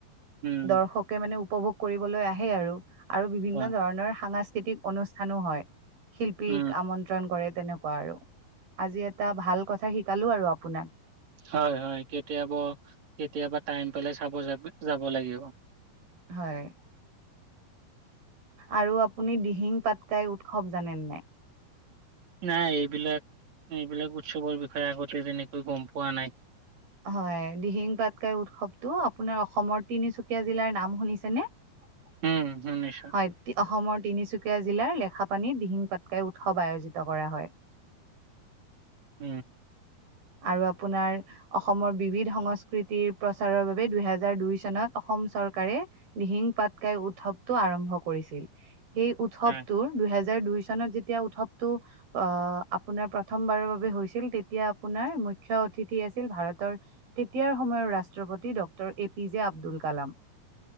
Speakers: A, on the right; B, on the right.
A: উম,
B: দৰ্শকে মানে উপভোগ কৰিবলৈ আহে আৰু। <unintelligible> আৰু বিভিন্ন
A: হয়,
B: ধৰণৰ সাংস্কৃতিক অনুষ্ঠানো হয়। শিল্পীক
A: উম,
B: আমন্ত্ৰ <unintelligible> আমন্ত্ৰণ কৰে তেনেকুৱা আৰু। আজি এটা ভাল কথা শিকালোঁ আৰু আপোনাক। <unintelligible>
A: হয়-হয়। কেতিয়াবা-কেতিয়াবা টাইম পালে চাব যাব লাগিব। <unintelligible>
B: হয়। <unintelligible> আৰু আপুনি দিহিং পাটকাই উৎসৱ জানেনে নাই? <unintelligible>
A: নাই এইবিলাক-এইবিলাক উৎসৱৰ বিষয়ে আগতে তেনেকৈ গম পোৱা নাই। <unintelligible>
B: হয়। দিহিং পাটকাই উৎসৱটো আপোনাৰ অসমৰ তিনিচুকীয়া জিলাৰ নাম শুনিছে নে? <unintelligible>
A: উম, শুনিছোঁ।
B: <inaudible> হয়। অসমৰ তিনিচুকীয়া জিলাৰ লেখাপানীত দিহিং পাটকাই উৎসৱ আয়োজিত কৰা হয়। <unintelligible>
A: উম <unintelligible>
B: আৰু আপোনাৰ <inaudible> অসমৰ বিবিধ সংস্কৃতিৰ প্ৰচাৰৰ বাবে দুহেজাৰ দুই চনত অসম চৰকাৰে <unintelligible> দিহিং পাটকাই উৎসৱটো আৰম্ভ কৰিছিল। সেই উৎসৱটোৰ
A: হয়,
B: <unintelligible> দুহেজাৰ দুই চনত যেতিয়া উৎসৱটো অ আপোনাৰ প্ৰথমবাৰৰ বাবে হৈছিল তেতিয়া <unintelligible> আপোনাৰ মুখ্য অতিথি আছিল ভাৰতৰ <unintelligible> তেতিয়াৰ সময়ৰ ৰাষ্ট্ৰপতি ডঃ A P J Abdul Kalam. <unintelligible>